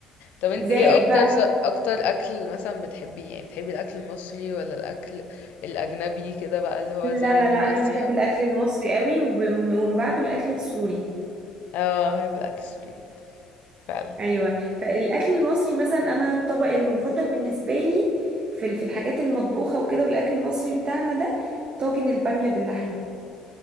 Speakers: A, on the left; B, on the right.
A: طب انت
B: زائد
A: ايه اكتر
B: بقى
A: س- اكتر اكل مثلا بتحبيه يعني بتحبي الاكل المصري ولا الاكل الاجنبي كده بقى اللي هو
B: لا
A: زي
B: لا
A: من
B: لا
A: اسيا
B: انا بحب
A: وبتاع
B: الاكل المصري قوي وب- ومن بعده الاكل السوري
A: اه بحب الاكل السوري جدا فعلا
B: ايوه فالاكل المصري مثلا انا الطبق المفضل بالنسبه لي في ال- في الحاجات المطبوخه وكده والاكل المصري بتاعنا ده طاجن الباميه باللحمه